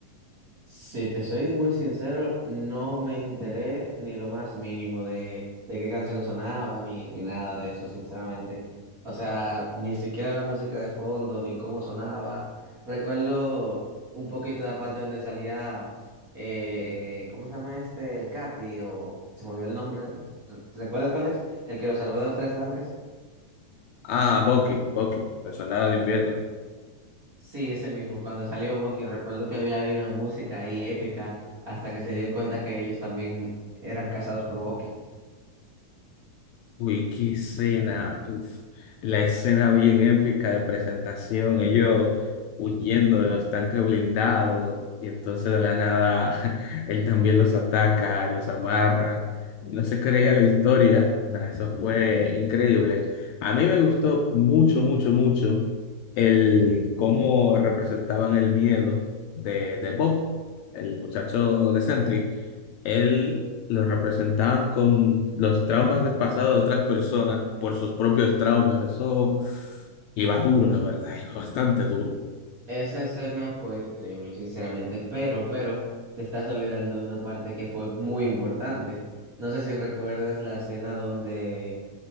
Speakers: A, on the right; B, on the left.
A: Si te soy muy sincero, no me enteré ni lo más mínimo de, de qué canción sonaba, ni, ni nada de eso, sinceramente. O sea, ni siquiera la música de fondo, ni cómo sonaba. Recuerdo un poquito la parte donde salía, eh, ¿cómo se llama este? El Capi, o se me olvidó el nombre. ¿Recuerdas cuál es? El que lo salvó de los tres tanques.
B: Ah, Bucky, Bucky, el soldado de invierno.
A: Sí, ese mismo, cuando salió Bucky, recuerdo que había ahí una música ahí épica, hasta que se dieron cuenta que ellos también eran casados por Bucky.
B: Uy, qué escena, uf, la escena bien épica de presentación, ellos huyendo de los tanques blindados y entonces de la nada <laughs> él también los ataca, los amarra y no se creía la historia, nada, eso fue increíble. A mí me gustó mucho, mucho, mucho el cómo representaban el miedo de, de Bob, el muchacho de Sentry él lo representaban con los traumas del pasado de otras personas por sus propios traumas. Eso iba duro, la verdad, <laughs> iba bastante duro.
A: Esa escena fue increíble, sinceramente, pero, pero, te estás olvidando de una parte que fue muy importante. No sé si recuerdas la escena donde